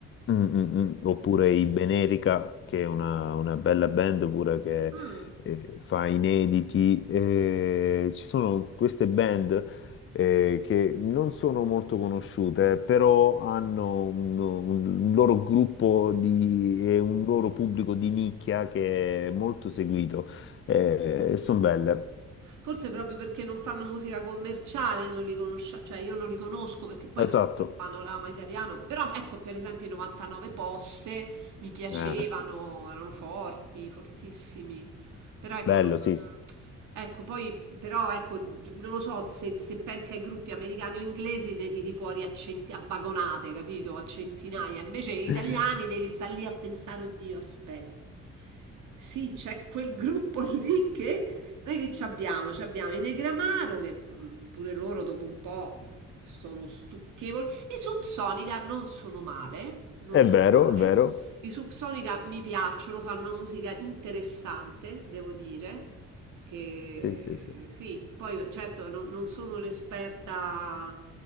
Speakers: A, on the left (about 45°); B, on the right (about 80°).
A: Mm, mm, mm. Oppure i Benerica, che è una, una bella band pure che
B: Ah.
A: eh, fa inediti. Eh, ci sono queste band eh, che non sono molto conosciute, però hanno un, un loro gruppo di, e un loro pubblico di nicchia che è molto seguito. Eh, sono belle.
B: Forse proprio perché non fanno musica commerciale, non li conosciamo, cioè io non li conosco perché poi
A: Esatto.
B: conosco il panorama italiano, però ecco per esempio i 99 Posse mi piacevano,
A: Eh,
B: erano forti, fortissimi, però ecco,
A: bello,
B: non-
A: sì.
B: ecco, poi però ecco, non lo so se, se pensi ai gruppi americani o inglesi ne tiri fuori a, centi- a vagonate, capito? A centinaia, invece gli italiani
A: <laughs>
B: devi stare lì a pensare, oddio, aspetta. Sì, c'è quel gruppo lì che Noi che ci abbiamo? Ci abbiamo i Negramaro che mh, pure loro dopo un po' mh, sono stucchevoli. I Subsonica non sono male, non
A: È
B: sono
A: vero,
B: male.
A: è vero.
B: I Subsonica mi piacciono, fanno una musica interessante, devo dire. Che
A: Sì, sì, sì.
B: sì, poi certo non, non sono l'esperta